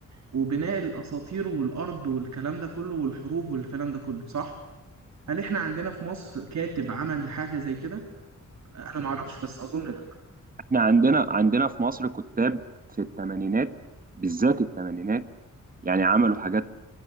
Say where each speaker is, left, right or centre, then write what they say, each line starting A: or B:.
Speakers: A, on the right (about 60°); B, on the right (about 25°).
A: وبناء الأساطير والأرض والكلام ده كله والحروب والكلام ده كله صح؟ هل احنا عندنا في مصر كاتب عمل حاجة زي كده؟ انا ما اعرفش بس اظن لا
B: احنا عندنا عندنا في مصر كتاب في الثمانينات بالذات الثمانينات يعني عملوا حاجات